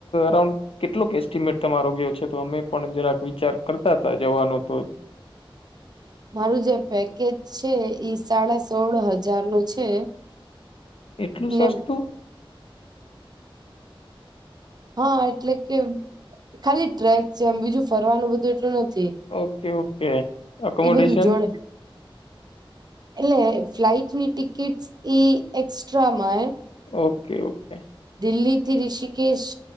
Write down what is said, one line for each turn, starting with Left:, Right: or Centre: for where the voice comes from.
Left: રાઉન્ડ કેટલો ક એસ્ટિમેટ તમારો ગયો છે તો અમે પણ જરાક વિચાર કરતા હતા જવાનો તો
Right: મારું જે પેકેજ છે ઈ સાડા સોળ હજાર નું છે
Left: એટલું સસ્તું
Right: ને હા એટલે કે ખાલી ટ્રેક છે એમ બીજું ફરવાનું બધું એટલું નથી
Left: ઓકે ઓકે ઓકોમોડેશન
Right: એ બધું જોડે એટલે ફ્લાઈટની ટિકિટસ ઈ એકક્સ્ટ્રામાં
Left: ઓકે ઓકે
Right: દિલ્હી થી રીષિકેશ